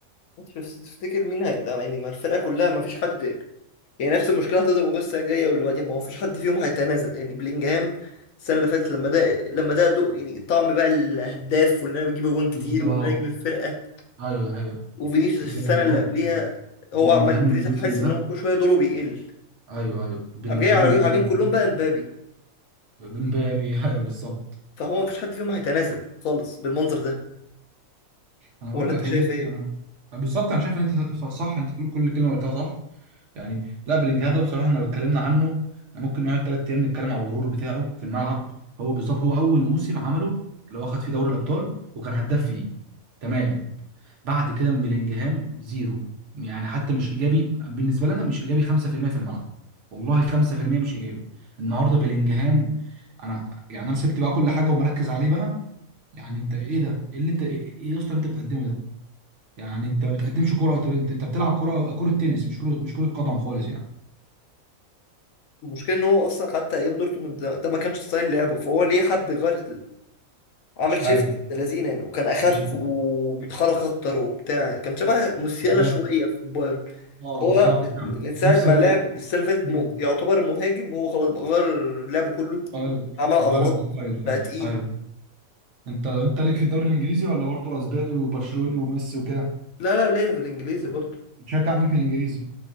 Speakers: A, on the left; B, on the right.
A: انت بس تفتكر مين هيتدعم يعني ما الفرقه كلها ما فيش حد يعني نفس المشكله هتفضل موجوده السنه الجايه واللي بعديها ما هو فيش حد فيهم هيتنازل يعني بلينجهام السنه اللي فاتت لما ده لما ده دوق يعني طعم بقى الهداف وان انا بجيب اجوان كتير
B: بالظبط
A: وان انا نجم الفرقه
B: ايوه ده حقيقة
A: وفينيسيوس
B: بلينجهام
A: السنه اللي قبليها
B: بلينجهام
A: هو عمال
B: الموسم
A: فينيسيوس حاسس
B: ده
A: ان هو كل شويه دوره بيقل
B: ايوه ايوه بلينجهام
A: قام جاي على-
B: الموسم
A: عليهم كلهم
B: ده
A: بقى مبابي
B: امبابي ايوه بالظبط
A: فهو ما فيش حد فيهم هيتنازل خالص بالمنظر ده
B: انا
A: ولا
B: بقول
A: انت
B: لك هي
A: شايف
B: دي حقيقة.
A: ايه؟
B: أنا- بالظبط انا شايف ان انت ف- صح انت بتقول كل كلمه قلتها صح يعني لا بلينجهام ده بصراحه احنا لو اتكلمنا عنه احنا ممكن نقعد ثلاث ايام نتكلم على الغرور بتاعه في الملعب هو بالظبط هو اول موسم عمله اللي هو خد فيه دوري الابطال وكان هداف فيه تمام بعد كده من بلينجهام زيرو يعني حتى مش ايجابي بالنسبه لنا مش ايجابي 5% في المية في الملعب والله 5% مش ايجابي النهارده بلينجهام انا يعني انا سبت بقى كل حاجه ومركز عليه بقى يعني انت ايه ده ايه اللي انت ايه إيه يا اسطى اللي انت بتقدمه ده يعني انت ما بتقدمش كرة انت انت أنت بتلعب كرة كرة تنس مش كرة مش كرة قدم خالص يعني
A: المشكله ان هو اصلا حتى ايام دورتموند ده ده ما كانش ستايل لعبه فهو ليه حب يغير عامل
B: مش
A: شيفت
B: عارف
A: بلازينة يعني وكان اخف
B: مش الت-
A: وبيتحرك اكتر وبتاع كان شبه موسيالا
B: بالظبط
A: شويه في البايرن
B: اه
A: هو
B: بالظبط فعلا
A: من ساعه
B: نفس
A: ما
B: الواد
A: لعب
B: ده
A: السنه اللي فاتت
B: مم.
A: م- يعتبر مهاجم هو خلاص بقى غير لعبه كله
B: غير
A: عمل عضلات
B: غير الستايل فعلا
A: بقى تقيل
B: ايوه انت انت ليك في الدوري الانجليزي ولا برضه اسباني وبرشلوني وميسي وكده
A: لا لا ليه في الانجليزي برضه
B: بتشجع مين في الانجليزي